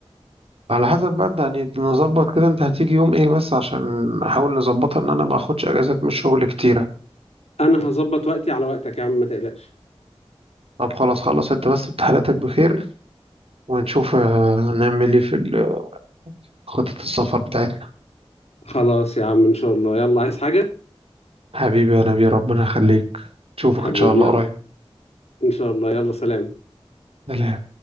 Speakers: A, on the right; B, on the left.
A: على حسب بقى انت يعني نظبط كده انت هتيجي يوم ايه بس عشان نحاول نظبطها ان انا ما اخدش اجازات من الشغل كتيرة
B: أنا هظبط وقتي على وقتك يا عم ما تقلقش
A: طب خلاص خلص انت بس امتحاناتك بخير ونشوف آه، هنعمل ايه في ال- خطة السفر بتاعتنا
B: خلاص يا عم إن شاء الله يلا عايز حاجة
A: حبيبي يا نبي ربنا يخليك نشوفك
B: حبيبي
A: ان شاء الله
B: يلا
A: قريب
B: إن شاء الله يلا سلام
A: سلام